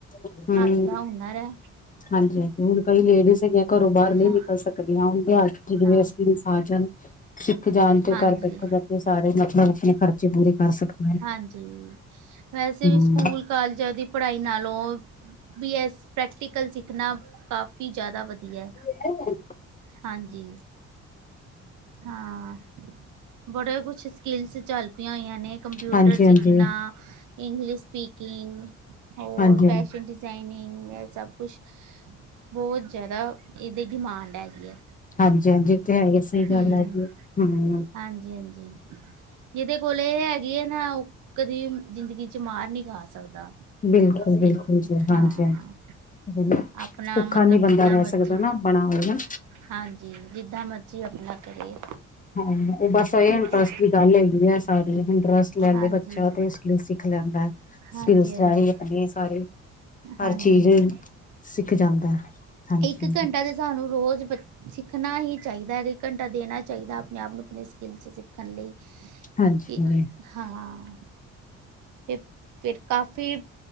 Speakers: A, on the left (about 25°); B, on the right (about 75°).
A: ਹਮ,
B: ਹੱਥ ਦਾ ਹੁਨਰ ਹੈ
A: ਹਾਂਜੀ -ਹਾਂਜੀ ਹੁਣ ਕਈ ਲੇਡੀਜ਼ ਹੈਗੇ ਘਰੋਂ ਬਾਹਰ ਨਹੀਂ
B: ਹਾਂ
A: ਨਿਕਲ ਸਕਦੀਆਂ, ਹੁਣ ਬਿਹਾਰ ਜਿਵੇਂ
B: ਹਾਂ
A: ਅਸੀਂ ਸਾਜਨ ਸਿੱਖ ਜਾਣ 'ਚ
B: ਹਾਂਜੀ
A: ਘਰ ਬੈਠੇ -ਬੈਠੇ ਸਾਰੇ ਮਤਲਬ ਆਪਣੇ ਖਰਚੇ ਪੂਰੇ ਕਰ ਸਕਣ।
B: ਹਾਂਜੀ, ਵੈਸੇ
A: ਹਮ
B: ਵੀ ਸਕੂਲ ਕਾਲਜਾਂ ਦੀ ਪੜ੍ਹਾਈ ਨਾਲੋਂ, ਵੀ ਐ ਪ੍ਰੈਕਟੀਕਲ ਸਿੱਖਣਾ ਕਾਫੀ ਕਾਫੀ ਜ਼ਿਆਦਾ ਵਧੀਆ।
A: ਹੈ। <unintelligible>
B: ਹਾਂਜੀ, ਹਾਂ। ਬੜੇ ਕੁਛ ਸਕਿੱਲਸ ਚੱਲ ਪਈਆਂ ਹੋਈਆਂ ਨੇ, ਕੰਪਿਊਟਰ
A: ਹਾਂਜੀ ਹਾਂਜੀ
B: ਸਿੱਖਣਾ ਇੰਗਲਿਸ਼ ਸਪੀਕਿੰਗ ਹੋਰ
A: ਹਾਂਜੀ
B: ਫੈਸ਼ਨ ਡਿਜ਼ਾਇਨਿੰਗ, ਇਹ ਸਭ ਕੁਛ, ਬਹੁਤ ਜ਼ਿਆਦਾ ਇਹਦੀ ਡਿਮਾਂਡ ਹੈਗੀ ਹੈ।
A: ਹਾਂਜੀ -ਹਾਂਜੀ ਇਹ ਤੇ ਹੈ ਹੀ, ਸਹੀ
B: ਹਮ
A: ਗੱਲ ਹੈ ਜੀ, ਹਮ।
B: ਹਾਂਜੀ ਹਾਂਜੀ ਜਿਹਦੇ ਕੋਲ ਇਹ ਹੈਗੀ ਹੈ ਨਾ, ਉਹ ਕਦੀ ਜ਼ਿੰਦਗੀ 'ਚ ਮਾਰ ਨਹੀਂ ਖਾ ਸਕਦਾ।
A: ਬਿਲਕੁਲ
B: ਸਕਿੱਲ
A: -ਬਿਲਕੁਲ ਜੀ,
B: ਹਾਂ
A: ਹਾਂਜੀ -ਹਾਂਜੀ,
B: ਆਪਣਾ
A: ਭੁੱਖਾ
B: ਮਤਲਬ
A: ਨੀ ਬੰਦਾ
B: ਜਿੱਦਾਂ
A: ਰਹਿ
B: ਮਰਜ਼ੀ
A: ਸਕਦਾ ਨਾ। ਬਣਾਣਾ ਹ।
B: ਹਾਂਜੀ ਜਿੱਦਾਂ ਮਰਜ਼ੀ ਆਪਣਾ ਕਰੇ।
A: ਹਾਂ ਉਹ ਬਸ ਇਹ
B: ਹਾਂਜੀ
A: ਇੰਟਰਸਟ ਦੀ ਗੱਲ ਹੈਗੀ ਹੈ ਸਾਰੀ, ਇੰਟਰਸਟ ਲੈ
B: ਹਾਂਜੀ
A: ਲਏ ਬੱਚਾ ਤੇ ਸਿੱਖ ਲੈਂਦਾ,
B: ਹਾਂਜੀ
A: ਫਿਰ ਉਸ ਤਰ੍ਹਾਂ ਹੀ ਆਪਣੇ ਸਾਰੇ,
B: ਹਾਂਜੀ
A: ਹਰ ਚੀਜ਼ ਸਿੱਖ ਜਾਂਦਾ ਹੈ। ਹਾਂਜੀ
B: ਇੱਕ ਘੰਟਾ ਦੇ ਸਾਨੂੰ ਰੋਜ਼ ਬ ਸਿੱਖਣਾ ਹੀ ਚਾਹੀਦਾ ਹੈ, ਇਕ ਘੰਟਾ ਦੇਣਾ ਚਾਹੀਦਾ ਆਪਣੇ ਆਪ ਨੂੰ ਆਪਣੇ ਸਕਿੱਲ ਸਿੱਖ ਕਰਨ ਲਈ,
A: ਹਾਂਜੀ
B: ਕਿ ਹਾਂ। ਤੇ ਫਿਰ ਕਾਫ਼ੀ